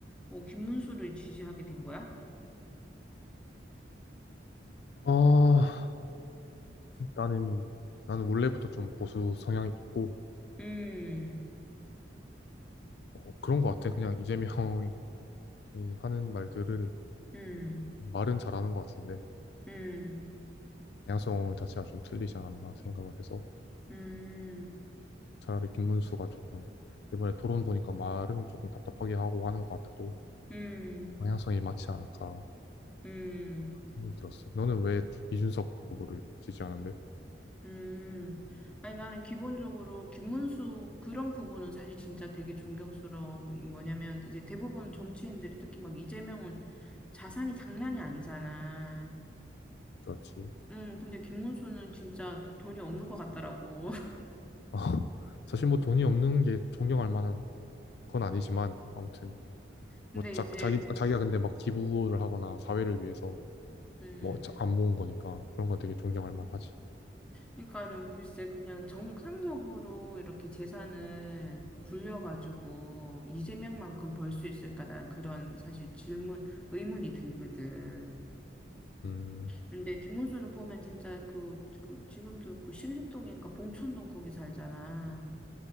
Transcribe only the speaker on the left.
아, 나는 나는 원래부터 좀 보수 성향이 있고
어, 그런 것 같아. 그냥 이재명이 하는 말들을
말은 잘하는 것 같은데
방향성 자체가 좀 틀리지 않았나 생각을 해서
차라리 김문수가 조금 이번에 토론 보니까 말은 조금 답답하게 하고 하는 것 같아도
방향성이 맞지 않을까
생각이 들었어. 너는 왜 이준석 후보를 지지하는데?
그렇지.
<laughs> 사실 뭐 돈이 없는 게 존경할 만한 건 아니지만 아무튼
뭐 자,
자기 자기가 근데 막 기부를 하거나 사회를 위해서
뭐 안 모은 거니까 그런 건 되게 존경할 만하지.
음,